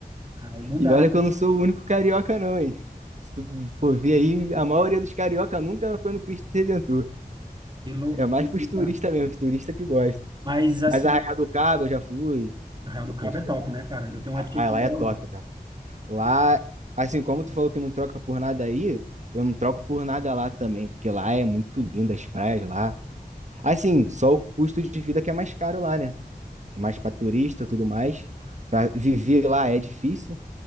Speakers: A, on the right; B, on the right.
A: aí não
B: E
A: dá,
B: olha
A: né?
B: que eu não sou o único carioca, não, hein? Se tu for ver aí, a maioria dos carioca nunca foi no Cristo Redentor.
A: que loucura,
B: É mais pros turistas
A: cara.
B: mesmo, os turistas que gostam.
A: Mas, assim,
B: Mas Arraial do Cabo eu já fui,
A: Arraial do
B: já
A: Cabo
B: curti.
A: é top, né, cara? Eu tenho
B: Ah,
A: uma tia que
B: lá
A: mora
B: é top,
A: lá.
B: cara. Lá, assim como tu falou que não troca por nada aí, eu não troco por nada lá também, porque lá é muito lindo as praias lá. Assim, só o custo de vida que é mais caro lá, né? É mais para turista, tudo mais. Para viver lá é difícil,